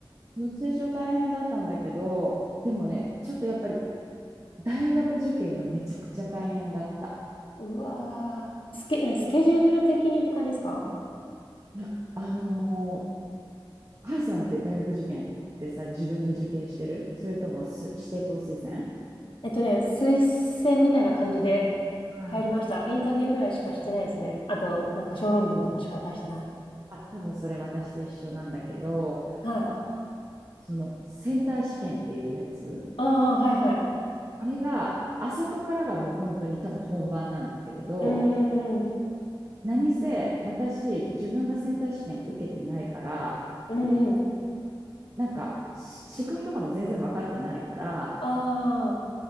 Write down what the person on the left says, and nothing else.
うわースケ、ねスケジュール的にって感じですか
えっとね、推薦みたいな感じで
入りました。インタビューぐらいしかしてないですね。あと、なんか小論文とかしか出してない。
はい。
ああ、はいはい。
うんうんうん。
うんうん。
ああ。